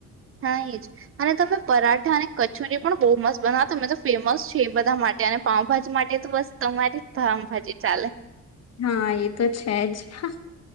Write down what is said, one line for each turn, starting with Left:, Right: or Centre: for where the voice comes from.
Right: હા એ જ અને તમે પરાઠા અને કચોરી પણ બહુ મસ્ત બનાવ તમે તો ફેમસ છે એ બધા માટે અને પાઉભાજી માટે તો બસ તમારી પાાવભાજી ચાલે.
Left: હા એ તો છે જ.